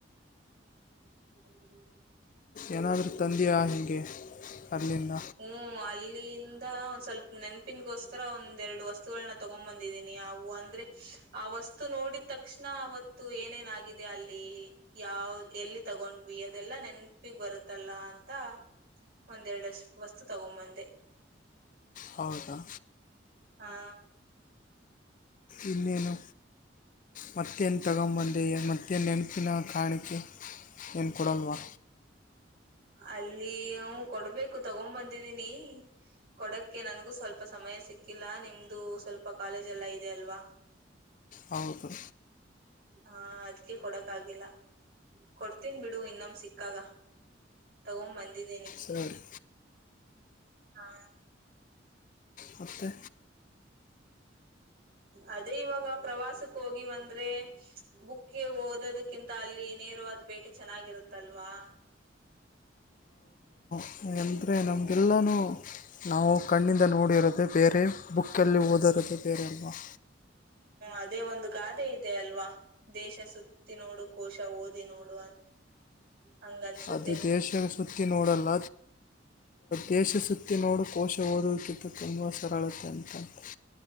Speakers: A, on the right; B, on the left.
A: <unintelligible>
B: ಏನಾದ್ರೂ ತಂದಿಯ ಹೆಂಗೆ ತರ್ಲಿಲ್ಲ
A: ಹ್ಮ್ ಅಲ್ಲಿಂದ ಸ್ವಲ್ಪ ನೆನಪಿನ ಗೋಸ್ಕರ ಒಂದೆರಡು ವಸ್ತುಗಳನ್ನು ತಗೋ ಬಂದಿದೀನಿ ಅವು ಅಂದ್ರೆ ವಸ್ತು ನೋಡಿದ್ ತಕ್ಷಣ ಅವತ್ತು ಏನೇನಾಗಿದೆ ಅಲ್ಲಿ ಯಾವು ಎಲ್ಲಿ ತಗೊಂಡ್ವಿ ಅದೆಲ್ಲ ನೆನಪಿಗೆ ಬರುತ್ತಲ್ಲ ಅಂಥ ಒಂದೆರಡು ಅಷ್ಟು ವಸ್ತು ತಗೋಬಂದೆ.
B: ಹೌದಾ
A: ಹಾ
B: ಇನ್ನೇನು ಮತ್ತೇನ್ ತಗೋ ಬಂದೆ ಮತ್ತೆ ನೆನಪಿನ ಕಾಣಿಕೆ ಏನು ಕೊಡಲ್ವಾ
A: ಅಲ್ಲಿ ಹ್ಮ್ಮ್ ಕೊಡಬೇಕು ತಗೋ ಬಂದಿದೀನಿ ಕೊಡಕ್ಕೆ ನನಗೂ ಸ್ವಲ್ಪ ಸಮಯ ಸಿಕ್ಕಿಲ್ಲ ನಿಮ್ದು ಸ್ವಲ್ಪ ಕಾಲೇಜೆಲ್ಲ ಇದಿಯಲ್ವಾ.
B: ಹೌದು.
A: ಹಾ ಅದಕ್ಕೆ ಕೊಡಕ್ ಆಗಿಲ್ಲ ಕೊಡ್. ಕೊಡ್ತೀನಿ ಬಿಡು ಇನ್ನೊಮ್ಮೆ ಸಿಕ್ಕಾಗ ತಗೊಂಡ್ ಬಂದ್. ದೀನಿ
B: ಸರಿ
A: ಹಾ
B: ಮತ್ತೆ
A: ಅದೇ ಇವಾಗ ಪ್ರವಾಸಕ್ಕೆ ಹೋಗಿವಿ ಅಂದ್ರೆ. ಬುಕ್ಕೆ ಹೋದದಕ್ಕಿಂತ ಅಲ್ಲಿ ನೇರವಾದ ಬೇಟಿ ಚೆನ್ನಾಗಿರುತ್ತೆ ಅಲ್ವಾ.
B: <unintelligible> ಎಲ್ಲನೂ ನಾವು ಕಣ್ಣಿಂದ ನೋಡಿರೋದು <inaudible> ಬುಕ್ಕಲ್ಲಿ ಓದಕತ್ತಿದ್ದೇನೆ <unintelligible>
A: ಅದೇ ಒಂದು ಗಾದೆ ಇದೆ ಅಲ್ವಾ ದೇಶ ಸುತ್ತಿ ನೋಡು ಕೋಶ ಓದಿ ನೋಡು ಹಂಗನ್ಸುತ್ತೆ
B: ಅದು ದೇಶ ಸುತ್ತಿ ನೋಡು ಅಲ್ಲ ದೇಶ ಸುತ್ತಿ ನೋಡು ಕೋಶ <unintelligible>